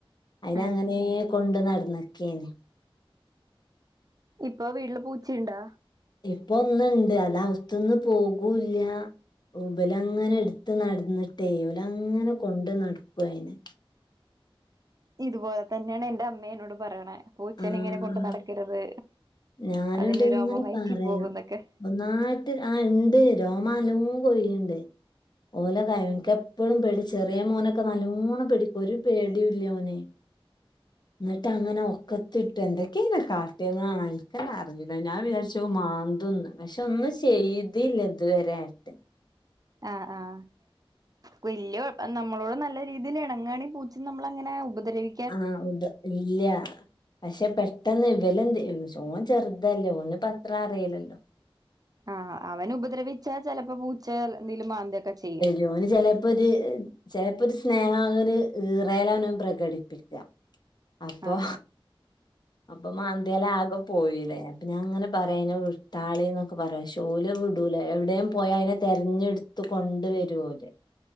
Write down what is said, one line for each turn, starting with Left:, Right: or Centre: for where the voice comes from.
Left: അതിനെ
Right: ഉം
Left: അങ്ങനെയേ കൊണ്ട് നടന്നിക്കെയാണ്
Right: ഇപ്പൊ വീട്ടില് പൂച്ചയൊണ്ടാ
Left: ഇപ്പ ഒന്നുണ്ട് അത് അകത്തൂന്ന് പോകൂല്ല ഇബല് അങ്ങനെ എടുത്ത് നടന്നിട്ടേ ഇവലങ്ങനെ കൊണ്ട് നടക്കുവാ അയിനെ
Right: ഇതുപോലെ തന്നെയാണ് എന്റെ അമ്മയും എന്നോട് പറയണെ പൂച്ചേനെ
Left: ആഹ്
Right: ഇങ്ങനെ കൊണ്ട് നടക്കരുത്
Left: ഞാനിട്ട്
Right: അതിന്റെ
Left: ഇങ്ങനെ
Right: രോമം വയറ്റിൽ
Left: പറയും
Right: പോകൂന്നൊക്കെ
Left: ഒന്നായിട്ട് ആ ഇണ്ട് രോമം നല്ലോ കൊഴിയുന്നുണ്ട് ഓലെ കാര്യം എനിക്ക് എപ്പോളും പേടി ചെറിയ മോനൊക്കെ നല്ലോണ്ണം പിടിക്കും ഒരു പേടിയുമില്ല ഓന് എന്നിട്ട് അങ്ങനെ ഒക്കത്തിട്ട് എന്തൊക്കെയാ അയിനെ കാട്ടുന്ന കാണാ എനിക്ക് തന്നെ അറിഞ്ഞില്ല ഞാൻ വിചാരിച്ച് അത് മാന്തൂന്ന് പക്ഷെ ഒന്നും ചെയ്തില്ല ഇതുവരെയായിട്ടും
Right: ആഹ് ആഹ് വല്ല്യ നമ്മളോട് നല്ല രീതിയിൽ ഇണങ്ങുവാണെ പൂച്ച നമ്മളെ അങ്ങനെ ഉപദ്രവി
Left: ആഹ് ഉണ്ട് ഇല്ല പക്ഷെ പെട്ടെന്ന് ഇവല് എന്ത് ഓൻ ചെർതല്ലോ ഓന്പ്പത്ര അറീലല്ലോ
Right: ആ അവന് ഉപദ്രവിച്ച ചെലപ്പ പൂചെ എന്തങ്കിലും മാന്തൊക്കെ ചെയ്യും
Left: യോന് ചെലെപ്പ ഒര് ചെലെപ്പ ഒര് സ്നേഹ ഒര് ഈറേലാണ് പ്രകടിപ്പി യ അപ്പൊ
Right: ആഹ്
Left: അപ്പം മാന്തിയാലാക പോയിലെ അപ്പ ഞാങ്ങന പറയ്‌ അയ്നെ വിട്ടാളി ന്നൊക്ക പറയാ പക്ഷെ ഓല് വിടൂല എവ്ടേം പോയാ അയ്നെ തെര്ഞ്ട്ത്ത് കൊണ്ടു വരു ഓല്